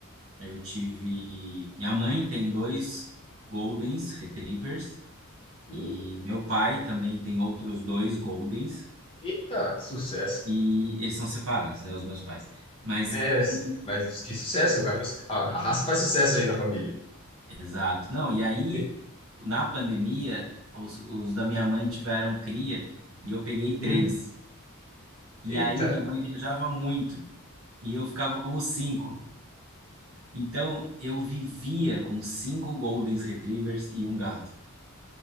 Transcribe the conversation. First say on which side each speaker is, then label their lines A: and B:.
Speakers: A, on the right (about 65°); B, on the left (about 25°).
A: eu tive. Minha mãe tem dois Goldens Retrievers
B: Hum.
A: e meu pai também tem outros dois Goldens
B: Eita, sucesso.
A: e eles são separados, né, os meus pais. Mas
B: É,
A: <clears throat>
B: mas que sucesso, cara. Os- A
A: eu
B: a raça faz sucesso aí na família.
A: Exato. Não, e aí,
B: <laughs>
A: na pandemia, os, os da minha mãe tiveram cria e eu peguei três.
B: Hum.
A: E
B: Eita.
A: aí, minha mãe viajava muito e eu ficava com os cinco. Então, eu vivia com cinco Golden Retrievers e um gato.